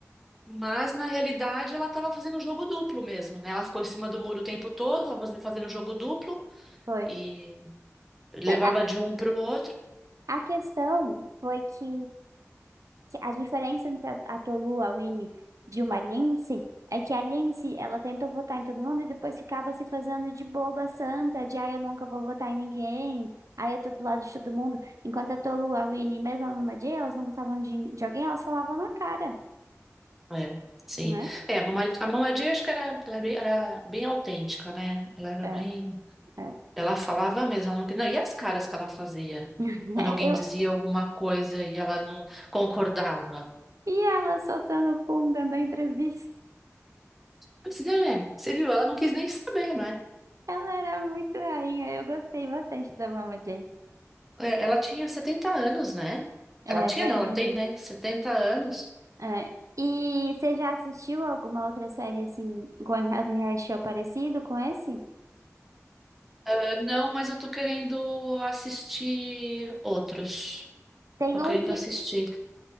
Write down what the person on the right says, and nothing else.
foi.
Sim,
A questão foi que, que a diferença entre a, a Tolua, a Winnie, de uma Lindsay, é que a Lindsay, ela tentou votar em todo mundo e depois ficava se fazendo de boba santa, de, ah, eu nunca vou votar em ninguém, aí eu tô do lado de todo mundo. Enquanto a Tolua, a Winnie, mesmo a Mama Jay, elas não gostavam de, de alguém, elas falavam na cara,
né?
É, é.
<laughs>
É, Eu,
e ela soltando o pum, dando a entrevista.
Ela era muito rainha, eu gostei bastante da Mama Jay.
É,
velhinho.
É. E você já assistiu alguma outra série assim, com reality show parecido com esse?
Tem
um
que,